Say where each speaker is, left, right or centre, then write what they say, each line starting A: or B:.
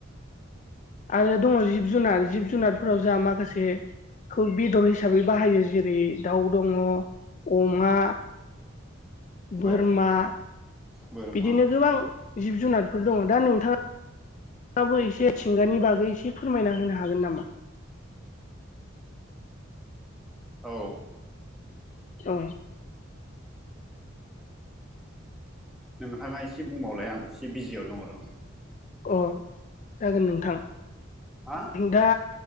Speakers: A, on the left (about 35°); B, in the centre.
A: आरो दङ' जिब-जुनार जिब-जुनारफोराव जाहा माखासे खौ बेदर हिसाबै बाहायो जेरै दाउ दङ अमा बोरमा
B: औ बोरमा
A: बिदिनो गोबां जिब-जुनारफोर दङ दा नोंथां आबो एसे थिंगानि बागै एसे फोरमायना होनो हागोन नामा?
B: औ
A: अ
B: नोंथाङा एसे बुंबावलाय आं एसे बिजियाव दङ र'
A: अ जागोन नोंथां
B: हा
A: दा